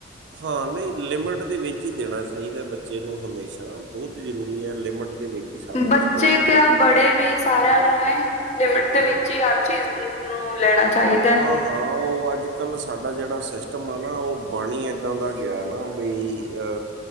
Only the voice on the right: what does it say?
ਹਾਂ ਨਹੀਂ ਲਿਮਿਟ ਦੇ ਵਿੱਚ ਹੀ ਦੇਣਾ ਚਾਹੀਦਾ ਬੱਚੇ ਨੂੰ ਹਮੇਸ਼ਾ ਬਹੋਤ ਜ਼ਰੂਰੀ ਹੈ ਲਿਮਿਟ ਦੇ ਵਿੱਚ। ਹੀ ਸਾਰਾ ਕੁਛ
ਦੇਣਾ ਹੈ
ਹਾਂ ਹਾਂ, ਉਹ ਅੱਜ-ਕੱਲ੍ਹ ਸਾਡਾ ਜੇੜਾ ਸਿਸਟਮ ਆ ਨਾ, ਉਹ ਬਨ ਈ ਏਦਾਂ ਦਾ ਗਿਆ ਨਾ, ਬਈ ਯਾ